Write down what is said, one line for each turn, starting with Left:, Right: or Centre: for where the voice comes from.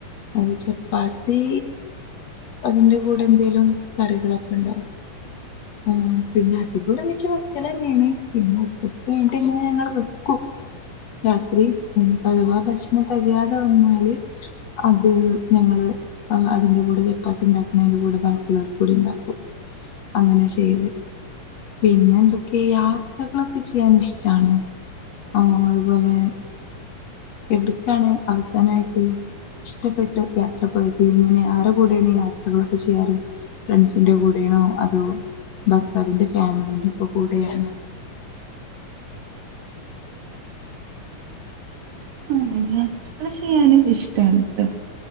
Left: ഓ ചപ്പാത്തീ അതിന്റെ കൂടെ എന്തേലും കറികളൊക്കെ ഉണ്ടാവും ആ പിന്നെ അതികം ഒരുമിച്ച് വെക്കൽ തന്നെയാണ് പിന്നെ ഇപ്പോ ഇങ്ങനെ ഞങ്ങൾ വെക്കും രാത്രി അഥവാ ഭക്ഷണം തികയാതെ വന്നാല് അത് ഞങ്ങള് ആ അതിന്റെ കൂടെ ചപ്പാത്തി ഉണ്ടാക്കുന്ന അതിന്റെ കൂടെ ബാക്കുള്ളവർക്കു കൂടി ഉണ്ടാക്കും അങ്ങനെ ചെയ്യല് പിന്നെ എന്തൊക്കെയ യാത്രകളൊക്കെ ചെയ്യാൻ ഇഷ്ടണോ ആ അതുപോലെ <inaudible> എവിടക്കാണ് അവസാനായിട്ട് ഇഷ്ടപ്പെട്ട് യാത്ര പോയത് ഇങ്ങനെ ആരുടെ കൂടെയാണ് യാത്രകളൊക്കെ ചെയ്യാറ് ഫ്രണ്ട്സിന്റെ കൂടെയാണോ അതോ ഭർത്താവിന്റെ ഫാമിലിന്റെ കൂടെയാണോ
Right: ആ അങ്ങനെ യാത്ര ചെയ്യാന് ഇഷ്ടണിട്ടോ